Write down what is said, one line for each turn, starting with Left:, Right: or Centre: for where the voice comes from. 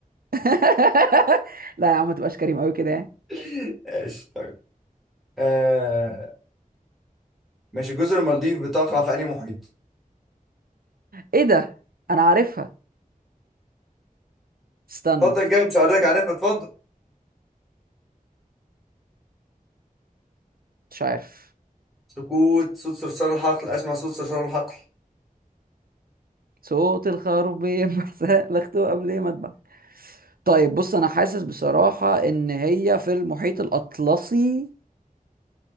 Right: <laughs> لا يا عم ما تبقاش كريم قوي كده يعني
Centre: <laughs> ماشي طيب آه... ماشي جزر المالديف بتقع في انهي محيط
Right: ايه ده انا عارفها استنى
Centre: اتفضل جاوب مش هوريك عارفها اتفضل
Right: مش عارف
Centre: سكوت صوت صرصار الحقل اسمع صوت صرصار الحقل
Right: صوت الخروف بينبح سلخته <laughs> قبل ما اذبح طيب بص انا حاسس بصراحة ان هي في المحيط الاطلسي